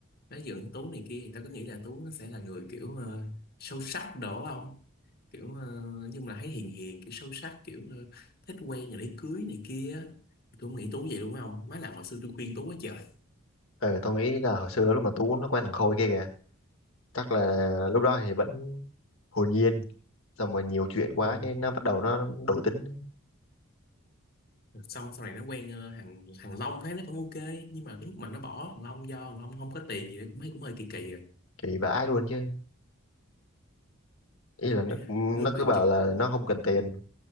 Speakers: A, on the left (about 45°); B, on the left (about 75°).
A: nói dựng Tú này kia thì tao cứ nghĩ là Tú nó sẽ là người kiểu ờ, sâu sắc đổ không kiểu ờ, nói chung là thấy hiền hiền kiểu sâu sắc kiểu ờ, thích quen rồi để cưới này kia á. tôi không nghĩ Tú vậy đúng không má làm hồi xưa tôi khuyên Tú quá trời
B: ờ tao nghĩ là hồi xưa lúc mà Tú nó quen thằng Khôi kia kìa chắc là lúc đó thì vẫn hồn nhiên xong rồi nhiều chuyện quá
A: Ừ.
B: cái nó bắt đầu nó đổi tính đấy.
A: xong sau này nó quen ờ, thằng thằng Long thấy nó cũng ok nhưng mà cái lúc mà nó bỏ thằng Long do thằng Long không có tiền gì cũng thấy cũng hơi kỳ kỳ rồi
B: kỳ vãi luôn chứ ý là nó
A: Thế lúc
B: nó cứ
A: này
B: bảo
A: trực
B: là nó không cần tiền